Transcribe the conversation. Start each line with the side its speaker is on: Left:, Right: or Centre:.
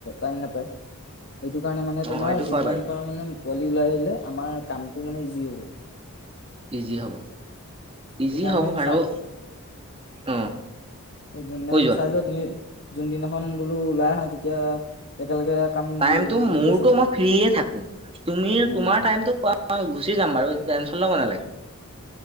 Left: টাইম নাপায়। সেইটো কাৰণে মানে
Right: অ
Left: তোমাৰ
Right: এইটো
Left: যিমান
Right: হয় বাৰু
Left: পাৰ মানে পোৱালি ওলাই আহিলে আমাৰ কামটো মানে ইজি হ'ব।
Right: ইজি হ'ব
Left: সেইটো
Right: ইজি
Left: কাৰণে
Right: হ'ব বাৰু
Left: চাই
Right: অ
Left: যোনদিনাখন
Right: কৈ যোৱা।
Left: চাই লোৱা তুমি যোনদিনাখন বোলো ওলাই আহা তেতিয়া একেলগে কাম
Right: টাইমত
Left: যি যি
Right: মোৰতো
Left: যি আছে চব
Right: মই ফ্ৰয়ে থাকো তুমি
Left: উম।
Right: তোমাৰ টাইমতো কোৱা মই গুচি যাম বাৰু টেনশ্যন লব নালাগে।